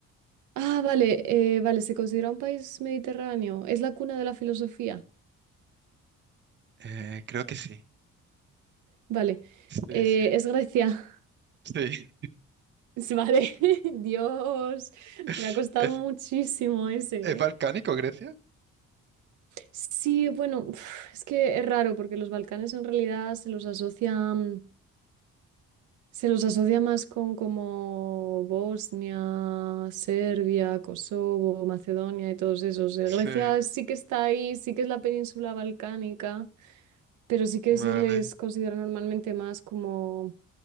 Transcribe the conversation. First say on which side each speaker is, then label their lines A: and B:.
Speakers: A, on the right; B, on the right.
A: ah, vale, eh, vale, se considera un país mediterráneo. Es la cuna de la filosofía.
B: eh, creo que sí.
A: Vale,
B: Sí,
A: Eh,
B: sí,
A: es Grecia.
B: sí.
A: <laughs> Vale, <laughs> Dios,
B: <laughs>
A: me ha costado
B: ¿Es,
A: muchísimo ese,
B: es balcánico,
A: ¿eh?
B: Grecia?
A: Sí, bueno, uf, es que es raro porque los Balcanes en realidad se los asocian, se los asocia más con como Bosnia, Serbia, Kosovo, Macedonia y todos esos. Eh,
B: Sí,
A: Grecia sí que está ahí, sí que es la península balcánica, pero sí que
B: vale,
A: se les considera normalmente más como,